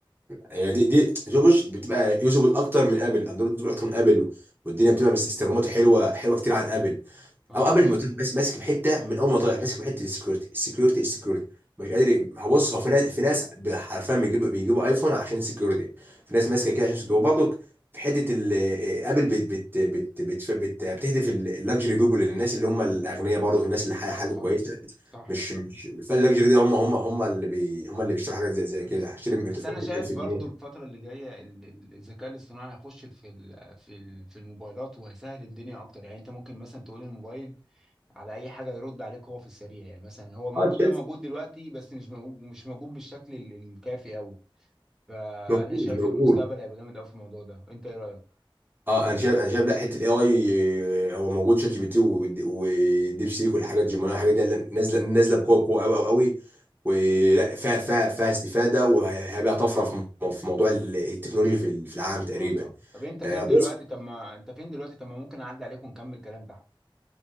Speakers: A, on the right (about 25°); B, in the centre.
A: يعني دي دي شوفوش بتبقى يوزبل اكتر من ابل اندرويد يوزبل اكتر من ابل والدنيا بتبقى مس- استخداماته حلوه حلوه كتير عن ابل
B: اه
A: او قبل ما تروح بس ماسك في حته من اول ما طلع ماسك في حته السكيورتي السكيورتي السكيورتي مش قادر هبص هو في ناس في ناس حرفيا بيجيب بيجيبوا ايفون عشان سكيورتي في ناس ماسكه كده عشان سكيورتي وبرضه في حته ال- ابل بت بت بت بت بت بتهدف اللاكجري بيبول للناس اللي هم الاغنياء برضه الناس اللي حي-
B: اه
A: حياتهم
B: طبعا
A: كويسه
B: صح
A: مش مش فاللاكجري ده هم هم هم اللي بي هم اللي بيشتروا حاجات زي زي
B: كويس.
A: كده
B: أوي.
A: هشتري
B: بس
A: تليفون
B: انا
A: ب
B: شايف
A: 1000
B: برضو
A: جنيه
B: الفتره اللي جايه ال- ال- الذكاء الاصطناعي هيخش في ال- في ال- في الموبايلات وهيسهل الدنيا اكتر يعني انت ممكن مثلا تقول الموبايل على اي حاجه يرد عليك هو في السريع يعني مثلا هو موجود
A: اه شات
B: ده موجود دلوقتي بس مش موجود مش موجود بالشكل ال- الكافي قوي فانا
A: موجود
B: شايف
A: موجود
B: المستقبل هيبقى جامد قوي في الموضوع ده انت ايه رايك
A: اه انا شايف انا شايف لا حته الاي اي هو موجود شات جي بي تي والد- والديب سيك والحاجات جيميناي الحاجات دي لا- نازله نازله بقوه بقوه قوي قوي قوي ولا فيها فيها فيها استفاده وهيبقى طفره في مو- في موضوع ال- التكنولوجيا في ال- في العالم تقريبا
B: اه طب طب انت فين
A: آه، بص
B: دلوقتي طب ما انت فين دلوقتي طب ما ممكن اعدي عليك ونكمل كلام تحت